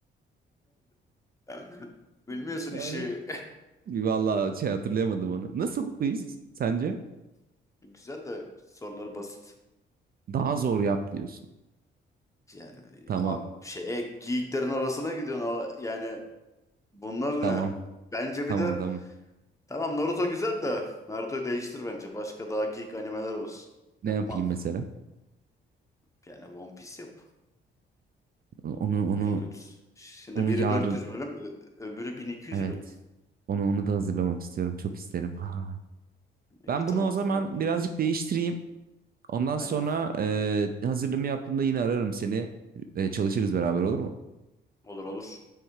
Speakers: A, on the left; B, on the right.
A: <laughs> Bilmiyorsun
B: <laughs>
A: işi.
B: Vallahi şey hatırlayamadım onu. Nasıl quiz sence?
A: <laughs> Güzel de sorular basit.
B: Daha zor yap diyorsun.
A: Yani
B: Tamam.
A: e, abi, şeye geyiklerin arasına gidiyorsun. ama Yani bunlar
B: Tamam.
A: ne? Bence
B: Tamam
A: bir de
B: tamam.
A: Tamam Naruto güzel de Naruto'yu değiştir bence. Başka daha geek animeler olsun.
B: Ne
A: Yapma.
B: yapayım mesela?
A: Yani One Piece yap.
B: Onu onu
A: En kötüsü. Şimdi
B: onu
A: biri
B: yarın
A: 400 bölüm, ö- öbürü 1200
B: evet.
A: bölüm.
B: Onu onu da hazırlamak istiyorum. Çok isterim. Ha.
A: İyi
B: Ben
A: tamam.
B: bunu o zaman
A: Bakın,
B: birazcık değiştireyim. Ondan
A: Aynen.
B: sonra e, hazırlığımı yaptığımda yine ararım seni. E, çalışırız beraber olur mu?
A: Olur olur.